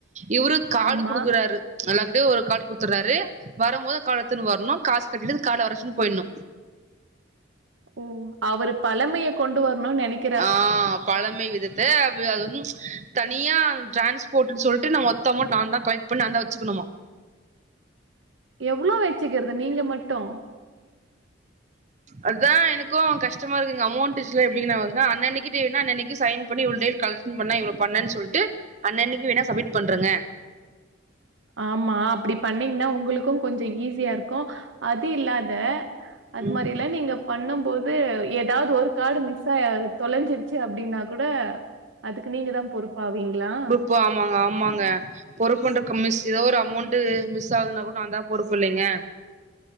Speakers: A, on the right; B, on the right.
A: இவுரு கார்டு
B: ஆமா.
A: குடுக்குறாரு எல்லார் கிட்டியு ஒரு கார்டு குடுத்துறாரு வர போது அந்த கார்ட எத்துன்னு வரணு காசு கட்டிட்டு அந்த கார்ட வர வச்சிட்டு போயிட்ணு
B: ஓ அவரு பழமையை கொண்டு வரணுன் நினைக்
A: ஆ பழமை விதத் த அது வந்து தனியா டிரன்ஸ்போர்ட்ன்னு சொல்ட்டு நா மொத்தமா நாந்தா கலெக்ட் பண்ணி நாந் தா வச்சிக்கணுமா
B: எவ்வளோ வச்சுக்கிறது நீங்க மட்டு
A: அதா எனக்கு கஷ்டமா இருக்குங்க அமௌண்ட் விஷல எப்டிங்க நா <unintelligible> அன்னன்னைக்கு ட்யூனா அன்னன்னைக்கு சைன் பண்ணி இவ்ளோ டேல கலெக்சன் பண்ணா இ்வ்ளோ பண்ணன் சொல்ட்டு அண்ணன்னைக்கு வேணா சம்மிட் பண்ருங்க
B: ஆமா அப்பனடி பண்ணீங்னா உங்களுக்கு கொஞ்சோ ஈஸியா இருக் க்கு அது இல்லாத அது
A: ம்
B: மாரில்லா நீங்க பண்ணம்போது ஏதாவது ஒரு கார்டு மிஸ்ஸா தொலஞ்சிருச்சு அப்டினா கூட அதுக்கு நீங்கதா பொறுப்பாவீங்ளா
A: ஓ ஆமாங்க ஆமாங்க பொறுப்புன்றுகு மிஸ் ஏதோ ஒரு அமௌண்டு மிஸ் ஆகுதுனா கூட நாந்தா பொறுப்பில்லைங்க